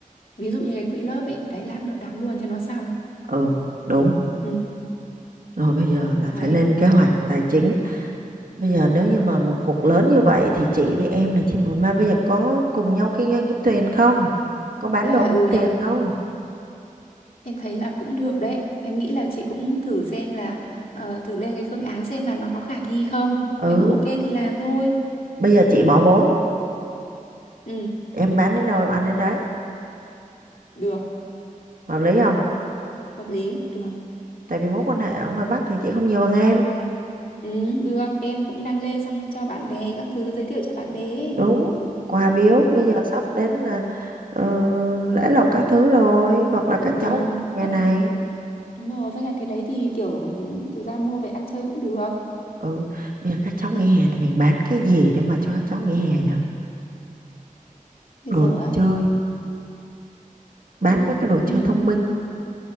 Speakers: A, on the left (about 80°); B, on the right (about 80°).
A: ví dụ như cái quỹ lớp ấy đấy lát nữa đóng luôn cho nó xong
B: Ừ, đúng.
A: ừ
B: Rồi bây giờ là
A: đấy
B: phải lên kế hoạch tài chính. Bây giờ nếu như mà một cục lớn như vậy thì chị với em là chị mà bây giờ có cùng nhau kinh doanh kiếm tiền không? Có bán
A: à
B: đồ
A: ừ
B: kiếm
A: nhở
B: tiền không?
A: em thấy là cũng được đấy em nghĩ là chị cũng thử xem là ờ, thử lên cái phương án xem là nó có khả thi không
B: Ừ,
A: nếu mà ok thì làm thôi
B: bây giờ chị bỏ vốn,
A: ừ
B: em bán đến đâu em ăn đến đấy.
A: được
B: Hợp lý không?
A: hợp lý được
B: Tại vì mối quan hệ ở ngoài Bắc thì chị không nhiều bằng em.
A: ừ được em cũng đăng lên xong cho bạn bè các thứ giới thiệu cho bạn bè ấy
B: đúng quà biếu
A: ồ
B: bây giờ sắp đến là ờ, lễ lộc các thứ rồi hoặc là các
A: ừ
B: cháu nghỉ hè
A: với
B: này
A: cả đúng rồi với cả cái đấy thì kiểu thực ra mua về ăn chơi cũng được
B: ừ bây giờ các cháu nghỉ
A: em
B: hè thì mình bán cái gì để mà cho các cháu nghỉ hè nhỉ
A: bây
B: đồ
A: giờ á
B: chơi bán mấy cái đồ
A: cũng
B: chơi thông minh